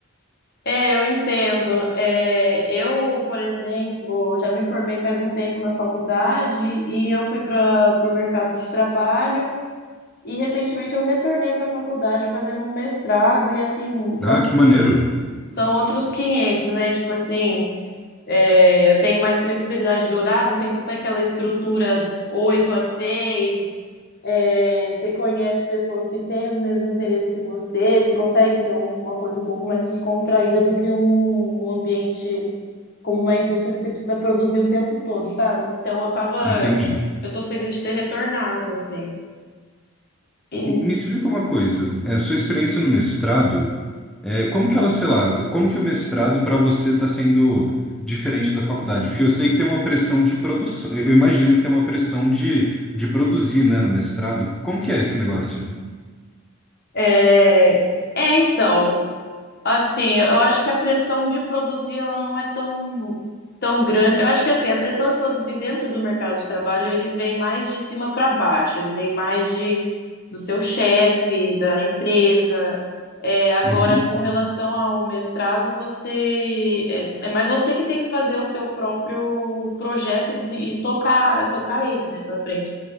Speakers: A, on the left; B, in the centre.
A: É, eu entendo. É, eu, por exemplo, já me formei faz um tempo na faculdade e eu fui para o mercado de trabalho e recentemente eu retornei para a faculdade fazendo um mestrado e assim, são,
B: Ah, que maneiro.
A: são outros 500, né? Tipo assim, É, eu tenho mais flexibilidade de horário, não tem tanta aquela estrutura 8 a 6. É, você conhece pessoas que têm os mesmos interesses que você, você consegue ter um- uma coisa um pouco mais descontraída do que um, um ambiente como uma indústria que você precisa produzir o tempo todo, sabe? Então eu tava,
B: Entendi.
A: eu tô feliz de ter retornado, assim. E,
B: Me explica uma coisa. É, sua experiência no mestrado, é, como que ela, sei lá, como que o mestrado para você está sendo diferente da faculdade? Porque eu sei que tem uma pressão de produção. Eu eu imagino que tem uma pressão de, de produzir, né, no mestrado. Como que é esse negócio?
A: é, é, então, Assim, eu acho que a pressão de produzir ela não é tão, tão grande. Eu acho que assim, a pressão de produzir dentro do mercado de trabalho, ele vem mais de cima para baixo, ele vem mais de do seu chefe, da empresa. É, agora,
B: Uhum.
A: com relação ao mestrado, você é, é mais você que tem que fazer o seu próprio projeto e, dese- e tocar, tocar ele, né, para frente.